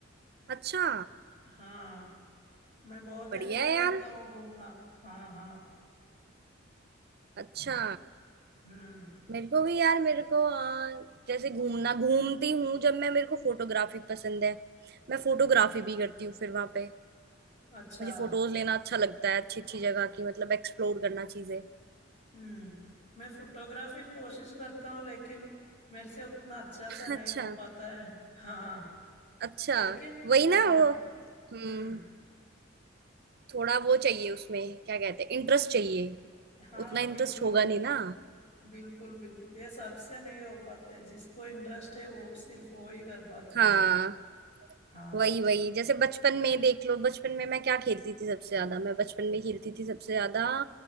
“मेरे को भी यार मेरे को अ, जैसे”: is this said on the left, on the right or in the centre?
Right